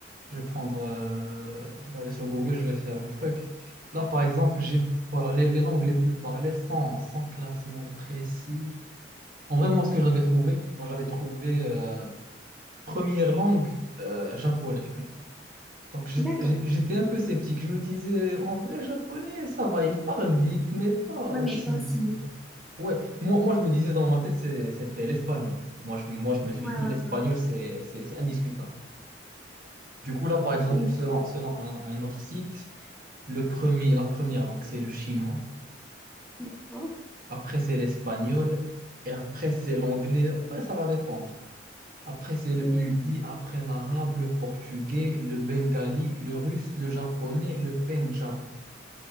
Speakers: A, on the right; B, in the centre.
A: Je vais prendre... euh, Je vais aller sur Google, je vais faire le truc. Là, par exemple, j'ai... Voilà, les, les langues les plus parlées sans, sans classement précis. En vrai, moi, ce que j'avais trouvé, moi, j'avais trouvé euh, première langue euh, japonais. Donc j'étais
B: D'accord.
A: j'étais un peu sceptique. Je me disais, en vrai, japonais, ça va, il parle vite, mais pas
B: Ouais,
A: aussi
B: mais pas
A: vite
B: aussi
A: que
B: vite.
A: ça. Ouais, moi, moi je me disais dans ma tête, c'est- c'était l'espagnol. Moi je, moi, je me suis
B: Ouais,
A: dit,
B: ouais,
A: l'espagnol, c'est c'est- c'est indiscutable. Du coup, là, par exemple,
B: oui,
A: selon, selon un, un autre site, le premier, la première langue, c'est le chinois.
B: d'accord.
A: Après, c'est l'espagnol. Et après, c'est l'anglais. En vrai, ça va dépendre. Après, c'est le
B: Ouais.
A: hindi. Après, l'arabe, le portugais, le bengali, le russe, le japonais, le pendjabi.